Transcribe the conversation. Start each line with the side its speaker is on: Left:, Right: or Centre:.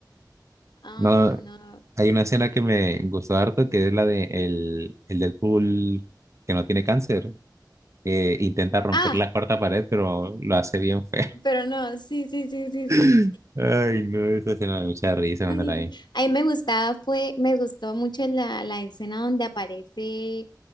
Left: Ay,
Right: No.
Left: no.
Right: Hay una escena que me gustó harto, que es la de el, el Deadpool que no tiene cáncer, que intenta romper
Left: Ah.
Right: la cuarta pared, pero lo hace bien feo.
Left: Pero no, sí, sí, sí, sí,
Right: <laughs>
Left: sí.
Right: Ay, no, esa escena me da mucha risa cuando
Left: Ay,
Right: la vi.
Left: a mí me gustaba, fue, me gustó mucho la, la escena donde aparece,